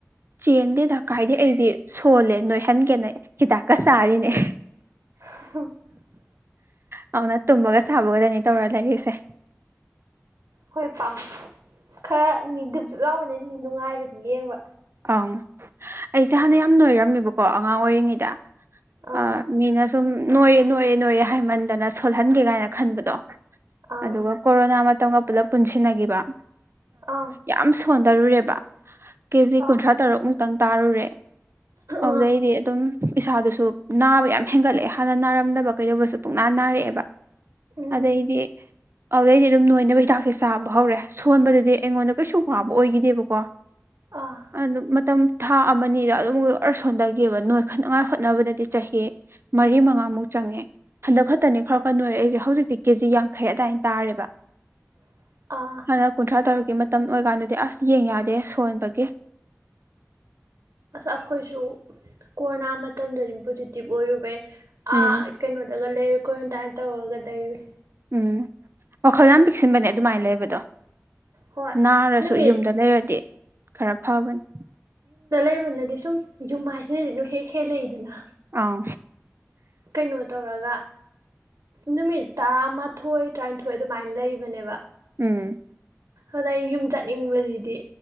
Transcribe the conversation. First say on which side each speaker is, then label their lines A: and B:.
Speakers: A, on the right; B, on the right.
A: ꯆꯦꯟꯗꯦꯗ ꯀꯥꯏꯗꯩ ꯑꯩꯗꯤ ꯁꯣꯜꯂꯦ ꯅꯣꯏꯍꯟꯒꯦꯅ ꯍꯤꯗꯥꯛꯀ ꯆꯥꯔꯤꯅꯦ꯫
B: <unintelligible>
A: ꯑꯗꯨꯅ ꯇꯨꯝꯕꯒ ꯁꯥꯕꯒꯗꯅꯤ ꯇꯧꯔ ꯂꯩꯔꯤꯁꯦ꯫
B: ꯍꯣꯏ ꯄꯥꯝ ꯈꯔ ꯃꯤ ꯗꯨꯗꯨꯞ ꯂꯥꯎꯔꯗꯤ ꯅꯨꯡꯉꯥꯏꯕꯗꯤ ꯌꯦꯡꯕ꯫
A: ꯑꯪ ꯑꯩꯁꯦ ꯍꯥꯟꯅ ꯌꯥꯝ ꯅꯣꯏꯔꯝꯃꯦꯕꯀꯣ ꯑꯉꯥꯡ ꯑꯣꯏꯔꯤꯉꯩꯗ꯫
B: ꯑꯥ
A: ꯑ ꯃꯤꯅ ꯁꯨꯝ ꯅꯣꯏꯔꯦ ꯅꯣꯏꯔꯦ ꯅꯣꯏꯔꯦ ꯍꯥꯏꯃꯟꯗꯅ ꯁꯣꯜꯍꯟꯒꯦ ꯀꯥꯏꯅ ꯈꯟꯕꯗꯣ꯫
B: ꯑꯥ
A: ꯑꯗꯨꯒ ꯀꯣꯔꯣꯅꯥ ꯃꯇꯝꯒ ꯄꯨꯂꯞ ꯄꯨꯟꯁꯤꯟꯅꯈꯤꯕ
B: ꯑꯥ
A: ꯌꯥꯝ꯫ ꯁꯣꯟꯊꯔꯨꯔꯦꯕ ꯀꯦꯖꯤ
B: ꯑꯥ
A: ꯀꯨꯟꯊ꯭ꯔꯥ ꯇꯔꯨꯛ ꯃꯨꯛꯇꯪ ꯇꯥꯔꯨꯔꯦ꯫ ꯑꯧꯗꯩꯗꯤ
B: ꯑꯥ
A: ꯑꯗꯨꯝ꯫ ꯏꯁꯩꯥꯗꯨꯁꯨ ꯅꯥꯕ ꯌꯥꯝ ꯍꯦꯟꯒꯠꯂꯛꯑꯦ ꯍꯥꯟꯅ ꯅꯥꯔꯝꯗꯕ ꯀꯩꯗꯧꯕꯁꯨ ꯄꯨꯛꯅꯥ ꯅꯥꯔꯛꯑꯦꯕ꯫
B: ꯎꯝ
A: ꯑꯗꯩꯗꯤ꯫ ꯑꯗꯨꯗꯩꯗꯤ ꯑꯗꯨꯝ ꯅꯣꯏꯅꯕ ꯍꯤꯗꯥꯛꯁꯦ ꯆꯥꯕ ꯍꯧꯔꯦ ꯁꯣꯟꯕꯗꯨꯗꯤ ꯑꯩꯉꯣꯟꯗ ꯀꯩꯁꯨ ꯋꯥꯕ ꯑꯣꯏꯈꯤꯗꯦꯕꯀꯣ꯫
B: ꯑꯥ꯫
A: ꯑꯗꯨꯝ ꯃꯇꯝ ꯊꯥ ꯑꯃꯅꯤꯗ ꯑꯗꯨꯝ ꯁꯣꯟꯊꯒꯦꯕ ꯅꯣꯏꯈꯠꯅꯉꯥꯏ ꯍꯣꯠꯅꯕꯗꯗꯤ ꯆꯍꯤ꯫ ꯃꯔꯤ ꯃꯉꯥꯃꯨꯛ ꯆꯪꯉꯦ ꯍꯟꯗꯛ ꯈꯛꯇꯅꯤ ꯈꯔ ꯈ ꯅꯣꯏꯔꯛꯏꯁꯦ ꯍꯧꯖꯤꯛꯇꯤ ꯀꯦꯖꯤ ꯌꯥꯡꯈꯩ ꯑꯗꯥꯏ ꯇꯥꯔꯦꯕ꯫
B: <unintelligible> ꯑꯥ
A: ꯍꯟꯗꯛ ꯀꯨꯟꯊ꯭ꯔꯥ ꯇꯔꯨꯛꯀꯤ ꯃꯇꯝ ꯑꯣꯏꯀꯥꯟꯗꯗꯤ ꯑꯁ ꯌꯦꯡ ꯌꯥꯗꯦ ꯁꯣꯟꯕꯒꯤ꯫
B: ꯑꯁ ꯑꯩꯈꯣꯏꯁꯨ ꯀꯣꯔꯣꯅꯥ ꯃꯇꯝꯗꯗꯤ ꯄꯣꯖꯤꯇꯤꯚ ꯑꯣꯏꯔꯨꯕꯩ꯫
A: ꯎꯝ
B: ꯑꯥ ꯀꯩꯅꯣꯗꯒ ꯂꯩꯔ ꯀ꯭ꯋꯥꯔꯦꯟꯇꯥꯏꯟ ꯇꯧꯔꯒ ꯂꯩꯔꯨꯢ꯫
A: ꯎꯝ ꯋꯥꯈꯜ ꯌꯥꯝ ꯄꯤꯛꯁꯤꯟꯕꯅꯦ ꯑꯗꯨꯃꯥꯏꯅ ꯂꯩꯕꯗꯣ꯫
B: ꯍꯣꯏ
A: ꯅꯥꯔꯁꯨ
B: ꯅꯨꯃꯤꯠ
A: ꯌꯨꯝꯗ ꯂꯩꯔꯗꯤ ꯈꯔ ꯐꯕꯅꯤ꯫
B: ꯑꯕꯅꯗꯤ ꯁꯨꯝ ꯌꯨꯝ ꯃꯥꯏꯁꯤꯅꯗꯤ ꯑꯗꯨꯝ ꯍꯦꯛ ꯍꯦꯛ ꯍꯦꯜꯂꯛꯏꯗꯅ꯫
A: ꯑꯥ꯫
B: ꯀꯩꯅꯣ ꯇꯧꯔꯒ꯫ ꯅꯨꯃꯤꯠ ꯇꯔꯥꯃꯥꯊꯣꯏ ꯇꯔꯥꯅꯤꯊꯣꯏ ꯑꯗꯨꯃꯥꯏꯅ ꯂꯩꯕꯅꯦꯕ
A: ꯎꯝ
B: ꯑꯗ ꯑꯩꯅ ꯌꯨꯝ ꯆꯠꯅꯤꯡꯕꯁꯤꯗꯤ